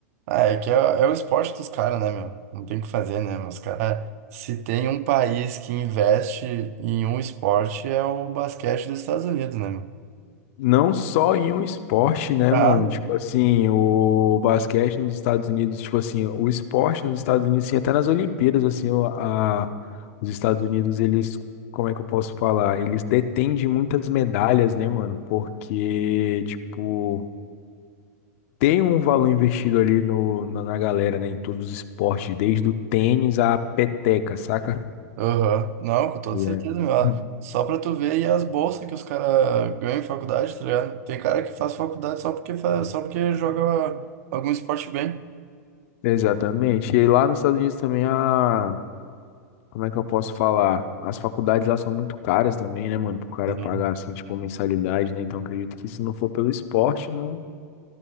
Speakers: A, on the right; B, on the left.
A: Ah, é que é, é o esporte dos caras, né, meu? Não tem o que fazer, né, meu? Os caras. Se tem um país que investe em um esporte, é o basquete dos Estados Unidos, né, meu?
B: Não só em um esporte, né,
A: Ah,
B: mano?
A: né?
B: Tipo assim, o basquete nos Estados Unidos, tipo assim, o esporte nos Estados Unidos, sim, até nas Olimpíadas, assim, o- a, os Estados Unidos, eles, como é que eu posso falar? Eles detêm de muitas medalhas, né, mano? Porque, tipo, tem um valor investido ali no, na, na galera, né, em todos os esportes, desde o tênis à peteca, saca?
A: Aham. Não, com toda certeza,
B: E é-
A: meu. Ah,
B: <laughs>
A: Só pra tu ver aí as bolsas que os caras ganham em faculdade, tá ligado? Tem cara que faz faculdade só porque, faz, só porque joga algum esporte bem.
B: Exatamente. E lá nos Estados Unidos também a Como é que eu posso falar? As faculdades lá são muito caras também, né, mano? Pro cara
A: Sim,
B: pagar, assim, tipo, mensalidade, né? Então, acredito que se não for pelo esporte, não,